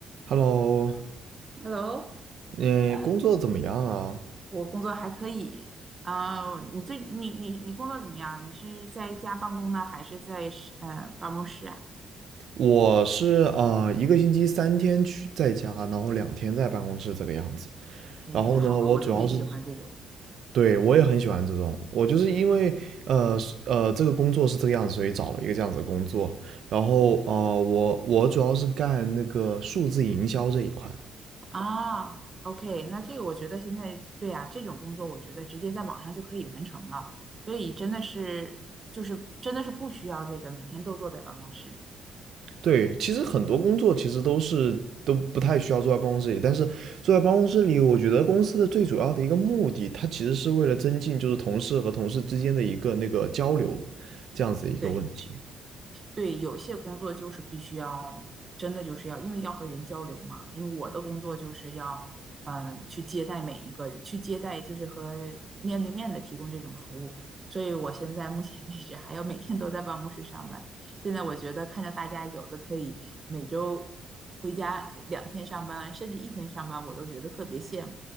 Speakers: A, on the right (about 65°); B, on the right (about 30°).
A: Hello，
B: Hello，
A: 嗯，
B: 呃，
A: 工作怎么样啊？
B: 我工作还可以啊，你最你你你工作怎么样？你是在家办公呢，还是在是呃办公室啊？
A: 我是啊呃一个星期三天去在家，然后两天在办公室这个样子。
B: 哎，
A: 然后呢，
B: 太好了，
A: 我主要是，
B: 我特别喜欢这种
A: 对，我也很喜欢这种，我就是因为呃是呃这个工作是这个样子，所以找了一个这样子的工作。然后呃我我主要是干那个数字营销这一块的。
B: 啊。OK，那这个我觉得现在对呀、这种工作我觉得直接在网上就可以完成了，所以真的是就是真的是不需要这个每天都坐在办公室里。
A: 对，其实很多工作其实都是都不太需要坐在办公室里，但是坐在办公室里，我觉得公司的最主要的一个目的，它其实是为了增进就是同事和同事之间的一个那个交流，这样子一个问题。
B: 对，对，有些工作就是必须要，真的就是要，因为要和人交流嘛。因为我的工作就是要，嗯、去接待每一个人，去接待就是和面对面的提供这种服务。所以我现在目前为止还要每天都在办公室上班。现在我觉得看着大家有的可以每周回家两天上班，甚至一天上班，我都觉得特别羡慕。